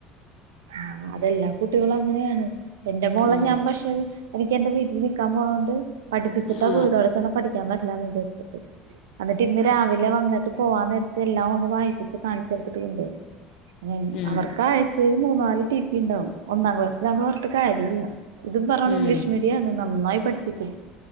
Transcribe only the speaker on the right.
ആ അതെല്ലാ കുട്ടികളും അങ്ങനെയാണ് എന്റെ മോളെ
ഞാൻ പക്ഷെ എനിക്ക് എന്റെ വീട്ടിൽ നിൽക്കാൻ പോകത് കൊണ്ട് പഠിപ്പിച്ചിട്ടാ
പോയി ഇതോളടെ ചെന്നാ പഠിക്കാൻ പറ്റാ എന്ന് വിചാച്ചിട്ട് എന്നിട്ട് ഇന്ന് രാവിലെ വന്നിട്ട് പോവാന്ന നേരത്ത് എല്ലാം ഒന്ന് വായിപ്പിച്ച് കാണിച്ചേർത്തിട്ട് കൊണ്ട അ
അവർക്ക് ആഴ്ചയില് മൂന്ന നാല് ടി പി ഉണ്ടാാവും ഒന്നാം ക്ലാസ്സിലാന്ന് പറഞ്ഞട്ട് കാര്യമില്ല ഇതും പറയണം
ഇംഗ്ലീഷ് മീഡിയ നന്നായി പഠിപ്പിക്കും